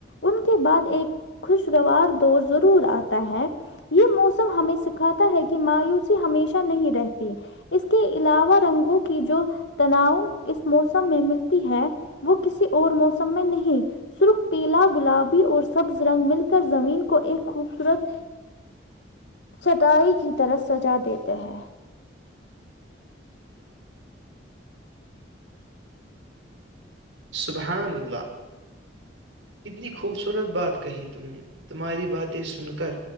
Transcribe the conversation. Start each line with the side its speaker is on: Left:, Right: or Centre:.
Left: ان کے بعد ایک خوشگوار دور ضرور آتا ہے یہ موسم ہمیں سکھاتا ہے کہ مایوسی ہمیشہ نہیں رہتی اس کے علاوہ رنگوں کی جو تناؤ اس موسم میں ملتی ہے وہ کسی اور موسم میں نہیں سرخ پیلا گلابی اور سبز رنگ مل کر زمین کو ایک خوبصورت چٹائی کی طرح سجا دیتے ہیں
Right: سبحان اللہ کتنی خوبصورت بات کہی تم نے تمہاری باتیں سن کر